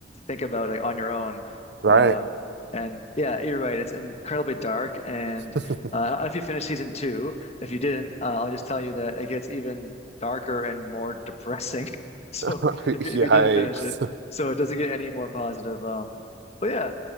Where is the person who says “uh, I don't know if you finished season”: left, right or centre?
Left